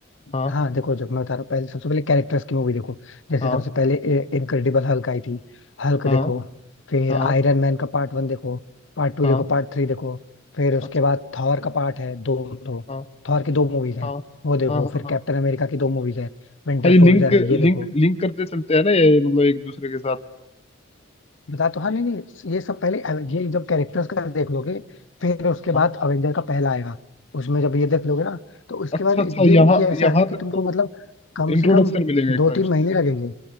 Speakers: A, on the left; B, on the left.
A: हाँ
B: हाँ देखो जब मैं बता रहा हूँ पहले सबसे पहले कैरेक्टर्स की मूवी देखो जैसे
A: हाँ
B: सबसे पहले इनक्रेडिबल हल्क आई थी हल्क
A: हाँ
B: देखो फिर
A: हाँ
B: आयरन मैन का पार्ट वन देखो पार्ट टू
A: हाँ
B: देखो पार्ट थ्री देखो फिर उसके
A: अच्छा
B: बाद
A: अच्छा
B: थॉर का पार्ट है दो दो
A: हाँ
B: थॉर की दो मूवीज हैं
A: हाँ
B: वो देखो
A: हाँ हाँ हाँ
B: फिर
A: हाँ
B: कैप्टन अमेरिका की दो मूवीज है विंटर
A: ये
B: सोल्जर
A: लिंक
B: है ये देखो
A: लिंक लिंक करते चलते हैं ना ये मतलब एक दूसरे के साथ
B: बता तो हाँ नहीं नहीं ये सब पहले अवे- ये जब कैरेक्टर्स का देख लोगे फिर उसके बाद
A: हाँ
B: अवेंजर का पहला आएगा उसमें जब ये देख लोगे ना तो उसके
A: अच्छा
B: बाद ये
A: अच्छा यहाँ
B: ये ऐसा
A: यहाँ
B: है ना कि
A: तक
B: तुमको
A: तो मतलब
B: मतलब कम
A: इंट्रोडक्शन
B: से कम
A: मिलेगा एक
B: दो
A: टाइप
B: तीन
A: से
B: महीने लगेंगे